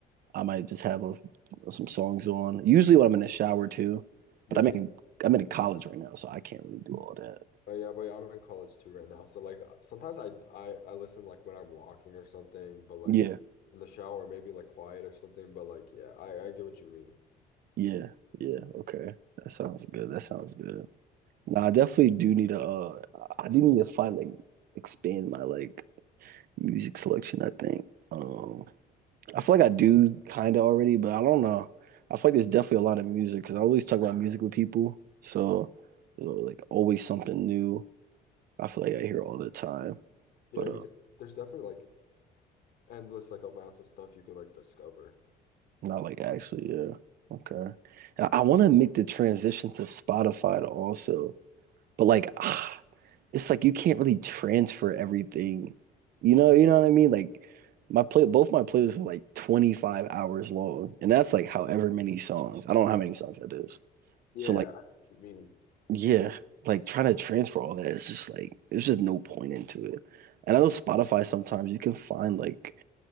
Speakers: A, on the right; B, on the left.
A: I might just have a, some songs on. Usually when I'm in the shower too,
B: Yeah,
A: but I'm
B: me.
A: in I'm in college right now, so I can't really do all that.
B: Oh yeah, but I'm in college too right now. So like uh, sometimes I I I listen like when I'm walking or something, but like
A: Yeah,
B: in the shower maybe like quiet or something. But like yeah, I I get what you mean.
A: yeah, yeah. Okay, that sounds good. That sounds good. Nah, I definitely do need to uh I do need to find like expand my like music selection, I think. Um I feel like I do kinda already, but I don't know. I feel like there's definitely a lot of music because I always talk about music with people. So there's like always something new. I feel like I hear all the time.
B: Yeah,
A: But
B: you
A: uh
B: could. There's definitely like endless like amounts of stuff you could like discover.
A: not like actually, yeah. Okay. And I, I wanna make the transition to Spotify to also. But like <sighs> it's like you can't really transfer everything. You know, you know what I mean? Like my play both my playlists are like 25 hours long, and that's like however many songs. I don't know how many songs that is.
B: Yeah,
A: So like
B: I, you mean,
A: yeah, like trying to transfer all that, it's just like there's just no point into it. And I know Spotify sometimes you can find like